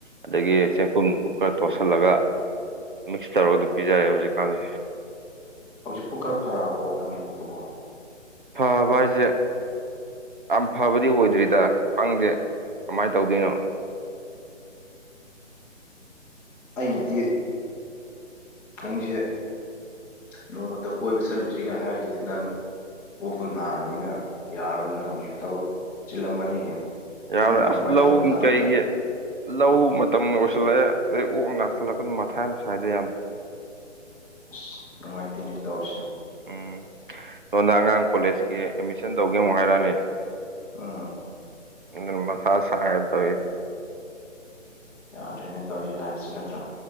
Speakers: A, on the right; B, in the centre.
A: ꯑꯗꯒꯤ ꯆꯦꯡꯀꯨꯝ ꯅꯨꯡꯀꯨꯞ ꯈꯔ ꯇꯣꯠꯁꯤꯜꯂꯒ ꯃꯤꯛꯁ ꯇꯧꯔꯒ ꯑꯗꯨꯝ ꯄꯤꯖꯥꯔꯦ ꯍꯧꯖꯤꯛꯀꯥꯟꯁꯦ
B: ꯍꯧꯖꯤꯛꯄꯨ ꯈꯔ ꯐꯔꯛꯑꯕꯣ ꯅꯪ ꯑꯣꯛꯇꯨꯕꯣꯨ
A: ꯐꯕ ꯍꯥꯢꯖꯦ ꯌꯥꯝ ꯐꯕꯗꯤ ꯑꯣꯏꯗ꯭ꯔꯤꯗ ꯈꯪꯗꯦ ꯀꯃꯥꯏꯅ ꯇꯧꯗꯣꯏꯅꯣ
B: ꯑꯩꯅꯗꯤ ꯅꯪꯁꯦ ꯅꯣꯡꯃꯇ ꯀꯣꯏꯕ ꯆꯠꯂꯨꯁꯤꯒ ꯍꯥꯏꯔꯤꯁꯤꯗꯤ ꯅꯪ ꯑꯣꯛꯇꯣ ꯅꯥꯔꯕꯅꯤꯅ ꯌꯥꯔꯥꯔꯣꯏ ꯅꯪ ꯍꯧꯖꯤꯛ ꯊꯕꯛ ꯆꯤꯜꯂꯝꯃꯅꯤ
A: ꯌꯥꯔꯦꯢ
B: ꯊꯣꯛꯅꯤꯡꯉꯝꯃꯔꯣꯏ
A: ꯑꯁ ꯂꯧꯒꯤ
B: ꯊꯕꯛ ꯏꯪꯈꯥꯡ
A: ꯀꯩꯒꯤ
B: ꯑꯝꯇ
A: ꯂꯧ ꯃꯇꯝꯒ ꯑꯣꯏꯁꯟ ꯁꯜꯂꯛꯑꯦ ꯑꯗꯩ ꯑꯣꯛ ꯅꯥꯁꯤꯜꯂꯛꯄꯅꯦ ꯃꯊꯥ ꯌꯥꯝ ꯁꯥꯏꯗ ꯌꯥꯝꯕꯥ
B: ꯑꯁ ꯅꯨꯡꯉꯥꯏꯇꯦꯅꯦ ꯇꯧꯔꯤꯁꯦ
A: ꯎꯝ ꯁꯣꯟꯗ ꯑꯉꯥꯡ ꯀꯣꯂꯦꯖꯀꯤ ꯑꯦꯠꯃꯤꯁꯟ ꯇꯧꯒꯦ ꯑꯃꯨꯛ ꯍꯥꯏꯔꯛꯑꯅꯤ
B: ꯎꯝ
A: ꯑꯗꯨꯅ ꯃꯊꯥ ꯁꯥꯏ ꯇꯧꯔꯤ
B: ꯌꯥꯗ꯭ꯔꯦꯅꯦ ꯇꯧꯔꯤꯁꯦ ꯂꯥꯏꯐꯁꯤ ꯅꯠꯇ꯭ꯔꯥ